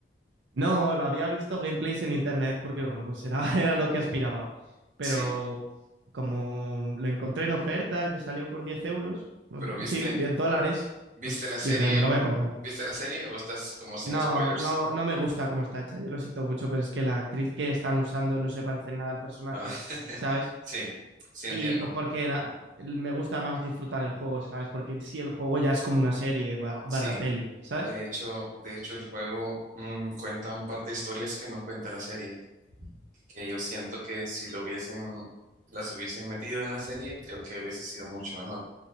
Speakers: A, on the right; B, on the right.
A: No, lo había visto gameplays en internet porque, bueno, pues era, <laughs> era lo que aspiraba. Pero
B: Sí,
A: como lo encontré en oferta y me salió por 10 euros, bueno,
B: pero viste,
A: sí, 10 dólares,
B: ¿viste
A: pues
B: la serie?
A: dije, me lo voy a comprar.
B: ¿Viste la serie o estás como sin
A: No,
B: spoilers?
A: no, no me gusta cómo está hecha, yo lo siento mucho, pero es que la actriz que están usando no se parece nada al personaje,
B: Ah, <laughs>
A: ¿sabes?
B: sí, sí entiendo.
A: Y pues porque la- me gusta más disfrutar el juego, ¿sabes? Porque en sí el juego ya es como una serie ba-
B: Sí,
A: barra peli,
B: de
A: ¿sabes?
B: hecho, de hecho el juego mm, cuenta un par de historias que no cuenta la serie, que yo siento que si lo hubiesen, las hubiesen metido en la serie, creo que hubiese sido mucho mejor.